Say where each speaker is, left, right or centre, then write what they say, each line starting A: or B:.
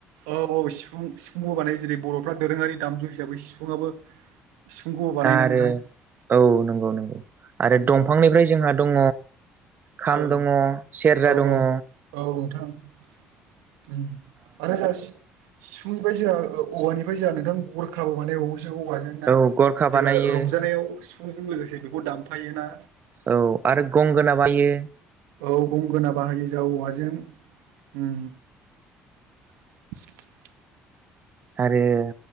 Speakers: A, on the right (about 65°); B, on the right (about 35°).
A: औ औ सिफुं सिफुंबो बानायो जेरै बर'फ्रा दोरोङारि दामजु हिसाबै सिफुङाबो सिफुंखौबो बानायोना
B: आरो
A: नोंथां?
B: औ नंगौ नंगौ आरो
A: उम
B: दंफांनिफ्राय जोंहा दङ खाम
A: औ
B: दङ, सेरजा
A: औ औ
B: दङ।
A: औ नोंथां उम आरो जास सिफुंनिफाय जोंहा ओ औवानिफाय जाया नोंथां गरखाबो मानाय बावो। औवाजों ना?
B: औ गरखा
A: जेब्ला
B: बानायो
A: रंजानायाव सिफुंजों लोगोसे बेखौ दानफायो ना?
B: औ आरो गंगोना बा यो।
A: औ गंगोना बाहायो जा औवाजों उम। <unintelligible>
B: आरो